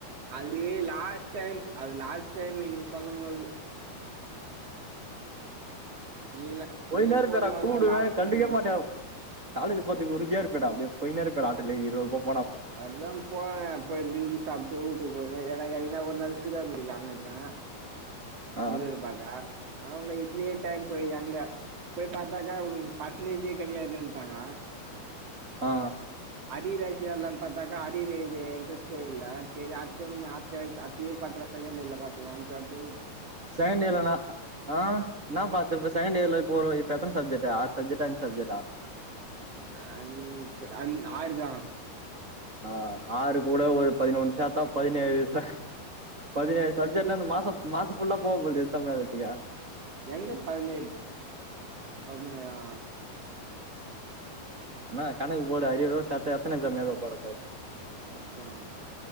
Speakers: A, on the right; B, on the right.
A: அது லாஸ்ட் டைம் அது லாஸ்ட் டைம் நீ சொல்லம்மோது நீல
B: ஒய்னே
A: நீ
B: இருப்பியாடா
A: கூடும் போதுலா
B: கூப்டுவே
A: லாஸ்ட்
B: கண்டுக்கே
A: டைம்ல
B: மாட்ட காலேஜு பாத்துக் உருதியா இருப்பியேடா அப்டியே போய்னே இருப்பியேடா ஆட்டல்லேரி இரு ருபா
A: அதுதா போன போய் பிந்தி சாப்ட்டு ஊட்டுக் போய்ருவ எனா எனி கா ஒரு நாள் சூர்யாபுரிகாஙக்க
B: ஆ
A: முருகர பாக்க அவள்தா இத்லியே டைம் போயி அங்க போய் பாத்தாக்கா உனக்கு பர்சன்டேஜே கடையாதுன்ட்டாங்க
B: ஆ
A: அரியரா சேர்லான் பாத்தாக்கா அரியரெழ்த இன்ட்ரெஸ்டே இல்ல சேரி அச்சேம் <unintelligible> செகேண்ட இயர்ல பாத்துக்லான்ட்டு அப்டே
B: செகண்ட் இயர்ல நா ஆஹ் என்னா பாத்துர்ப்ப செகேண்ட் இயர்ல இப்பொரு இப்பெத்தன சப்ஜக்ட்டு ஆரு சப்ஜக்டா அஞ்சு சப்ஜக்டா
A: அஹ்ஞ் அஞ் ஆருதா
B: ஆஹ் ஆறு கூட ஒரு பதினொன்னு சேத்தா பதினேழு சாஹ் பதினேழு
A: ஃபர்ஸ்ட்டு
B: சப்ஜெக்ட் னா இந்த மாசோ மாச ஃபுல்லா போவ போல்து எக்ஸாம் எழுதத்துக்கே
A: எங்க பதினேழ் பதினேழா
B: நா கணக்கு போடு அரியரோட சேத்தா எத்தன எக்ஸாம் எழுத போற பாக்
A: அதான்